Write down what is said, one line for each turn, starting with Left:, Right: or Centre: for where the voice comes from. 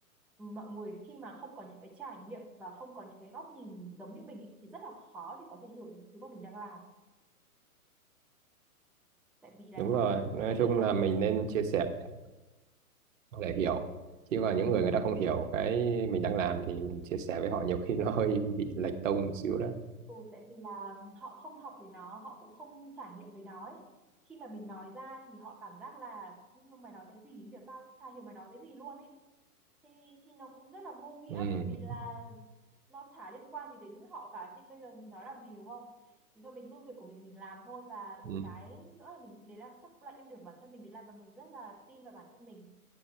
Centre: mọi người khi mà không có những cái trải nghiệm và không có những cái góc nhìn giống như mình ấy, thì rất là khó để có thể hiểu được những thứ mà mình đang làm tại vì là
Right: đúng
Centre: trong
Right: rồi nói
Centre: cái
Right: chung là mình nên
Centre: ừ,
Right: chia sẻ để để hiểu chứ còn những người người ta không hiểu cái mình đang làm thì chia sẻ với họ nhiều khi <laughs> nó hơi bị lệch tông một xíu đó
Centre: Ừ, tại vì là họ không học về nó, họ cũng không trải nghiệm về nó ấy. Khi mà mình nói ra thì họ cảm giác là "Nhưng mà mày nói cái gì được tao chả hiểu mày nói cái gì luôn ấy thì thì nó cũng rất là vô nghĩa
Right: ừ.
Centre: bởi vì là nó chả liên quan gì đến họ cả thì bây giờ mình nói làm gì đúng không thì thôi mình cứ việc của mình mình làm thôi và được
Right: Ừ.
Centre: cái nữa là mình để làm chắc cũng là ưu điểm của bản thân mình để làm mà mình rất là tin vào bản thân mình